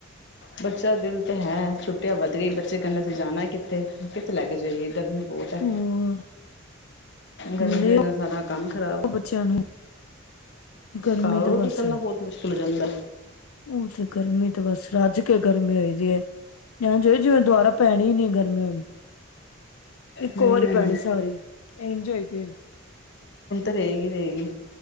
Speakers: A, on the left (about 55°); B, on the left (about 90°).
A: ਬੱਚਾ ਦਿਲ ਤੇ ਹੈ। ਛੁੱਟਿਆ ਵੱਧ ਗਈ, ਬੱਚੇ ਕਿੰਦੇ ਅਸੀਂ ਜਾਣਾ ਹੈ ਕਿੱਥੇ? ਕਿੱਥੇ ਲੈ ਕੇ ਜਾਈਏ ਗਰਮੀ ਬਹੁਤ ਹੈ।
B: ਹੋਰ
A: ਗਰਮੀ
B: ਲੈ
A: ਦੇ ਵਜ ਨਾਲ ਸਾਰਾ ਕੰਮ ਖ਼ਰਾਬ
B: ਬੱਚਿਆਂ ਨੂੰ। ਗਰਮੀ
A: ਘਰੋਂ
B: ਤਾਂ ਬਸ
A: ਨਿਕਲਣਾ ਬਹੁਤ ਮੁਸ਼ਕਿਲ ਹੋ ਜਾਂਦਾ
B: ਉਹ ਤੇੇ ਗਰਮੀ ਤੇ ਬਸ ਰੱਜ ਕੇ ਗਰਮੀ ਹੋਈ ਦੀ ਹੈ। ਐਜ ਹੋਈ ਜਿਵੇਂ ਦੁਬਾਰਾ ਪੈਨੀ ਈ ਨੀਂ ਗਰਮੀ ਹੁਣ। ਇੱਕੋ
A: ਹੂੰ
B: ਵਾਰੀ ਪੈਣੀ ਸਾਰੀ, ਇੰਜ ਹੋਈ ਪਈ ਹੈ।
A: ਰਹੇਗੀ-ਰਹੇਗੀ।